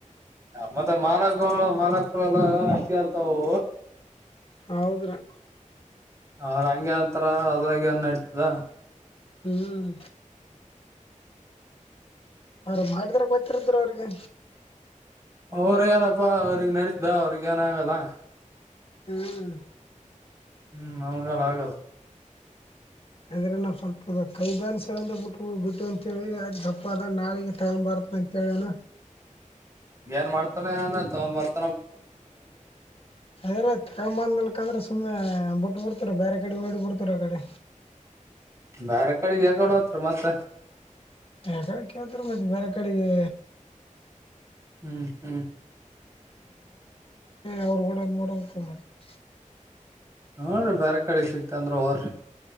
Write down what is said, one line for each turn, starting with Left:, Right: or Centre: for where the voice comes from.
Right: ಮತ್ತ ಮಾಲಕ್ ಮಾಲಕ್ಪರ ಎಲ ಹಿಂಗರ್ತವು
Left: ಹೌದ್ರಿ
Right: ಅವ್ರು ಅಂಗೆ ಅಂತರ ಅದ್ರಾಗ ನಡ್ತಿದ
Left: ಹ್ಮ್ ಅವ್ರ ಮಾಡಿದರ ಗೊತ್ತರಿತ ಅವ್ರಿಗೆ
Right: ಅವ್ರ ಏನಪ್ಪಾ ಅವ್ರಿಗೆ ನಡತ್ದ ಅವ್ರಗ ಏನ ಆಗಲ್ಲ
Left: ಹ್ಮ್
Right: ಹ್ಮ್ ನಮಗ ಆಗಲ್
Left: ಅದ್ರಲೆ ನಾವು ಸ್ವಲ್ಪ ಕೈ ಬ್ಯಾನ್ಸ್ ಬಿಟ್ಟು ಬಿಟ್ಟು ಅಂತೇಳಿ ಅ ಗಪ್ಪ ಅದ ನಾಳಿಗೆ ಟೈಮ್ ಬಾರತ್ತ ಅಂತೇಳಣ
Right: ಏನ್ ಮಾಡ್ತಾನ ಏನ ತಗೊಂಬರ್ತನ
Left: ಅದ್ರೆ ತಗೊಂಬಂದಕಂದ್ರೆ ಸುಮ್ನೆ ಬಿಟ್ಟ ಬಿಡ್ತ ಬೇರೆ ಕಡೆ ನೋಡಿ ಬಿಡತಿನಿ ಆ ಕಡಿ
Right: ಬರೆ ಕಡೆಗೆ ಯಕಡ ಹೊತ್ರಿಮತ್ತ
Left: ಯ ಕಡೆ ಕೇಳ್ತರ ಮತ್ತ ಬೇರೆ ಕಡಗಿ
Right: ಹ್ಮ್ ಹ್ಮ್
Left: ಅವರು ಗೂಡ ನೋಡ ಕಡೆ ಹಾಕಿದೆ
Right: ನೋಡ್ ರಿ ಬೇರೆ ಕಡೆ ಸಿಗ್ತ ಅಂದ್ರ ಹೊರಿ